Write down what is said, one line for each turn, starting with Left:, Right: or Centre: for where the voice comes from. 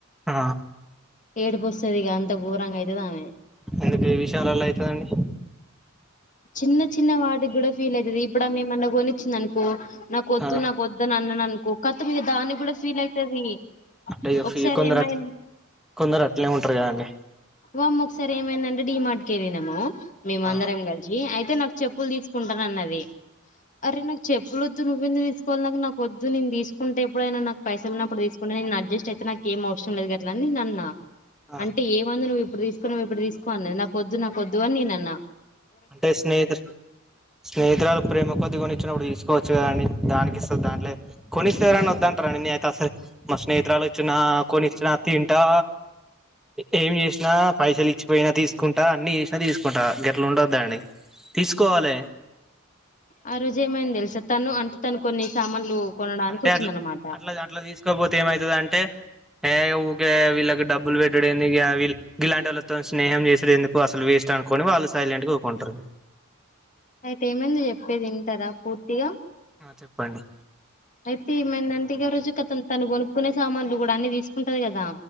Centre: ఆ
Left: ఏడుపోస్తది ఇగ అంత ఘోరంగా అయితది ఆమె
Centre: ఎందుకు ఈ విషయాల ఎలా అవుతదండి
Left: చిన్న చిన్న వాటికి కూడా ఫీల్ అయితది ఇప్పుడు ఆమె ఏమన్న కొనిచ్చింది అనుకో నాకొద్దు
Centre: ఆ
Left: నాకు వద్దు అని అన్నాను అనుకో <unintelligible> దాన్ని కూడా ఫీల్ అవుతంది
Centre: అంటే ఇగ
Left: ఒకసారి
Centre: ఫీ కొందరు
Left: ఏమై
Centre: అట్ల కొందరు అట్లే ఉంటారు కదా అండి
Left: వామో ఒకసారి ఏమైందంటే డీమాట్కేరినము మేమందరాం
Centre: ఆ
Left: <unintelligible> అయితే నాకు చెప్పులు తీసుకుంటాను అన్నది అరే నా చెప్పులొద్దువ్వవుందు తీసుకోవి నాకు నాకు వద్దు నేను తీసుకుంటే ఎప్పుడైనా నాకు పైసలు అప్పుడు తీసుకు <unintelligible> నేను అడ్జస్ట్ అయిత నాకు ఏం అవసరం లేదు <unintelligible>
Centre: ఆ
Left: అంటే ఎం వద్దు నువ్వు ఇప్పుడు తీసుకో ఇప్పుడు తీసుకో అన్న నాకు వద్దు నాకు వద్దు అని నేన అన్న
Centre: అంటే స్నేహితుడు స్నేహితురాలు ప్రేమ కొద్దిగా కొనిచ్చినప్పుడు తీసుకోవచ్చు కదండి దానికి ఇస్త దాంట్లో కొన్ని ఇస్తే ఎవరైనా వద్దంటారా అండి నిను ఆసలు మా స్నేహితురాలు వచ్చిన కొనిచ్చిన తింటా ఏమి చేసినా పైసలు ఇచ్చిపోయినా తీసుకుంటా అన్ని చేసినా తీసుకుంటా గట్ల ఉండదు గంతే అండి తీసుకోవాలే
Left: ఆ రోజే ఏమైంది తెలుసా తను అంటే తను కొన్ని సామాన్లు కొనడానికి
Centre: అంటే
Left: వచ్చిందనమాట
Centre: అ అట్లా అట్లా తీసుకోపోతే ఏమైతుంది అంటే ఏ ఊకే వీళ్ళకి డబ్బులు పెట్టడు ఎందుకె వీళ్లు గిలాంటోళ్లతోటి స్నేహం చేసేందుకు అసలు వేస్ట్ అనుకోని వాళ్ళు సైలెంట్ గా ఉకుటారు
Left: అయితే ఏమైంది చెప్పేది వింటారా పూర్తిగా
Centre: చెప్పండి
Left: అయితే ఏమైందంటే ఆ రోజు కతం తను కొనుక్కునే సామాన్లు కూడా అన్ని తీసుకుంటాది కదా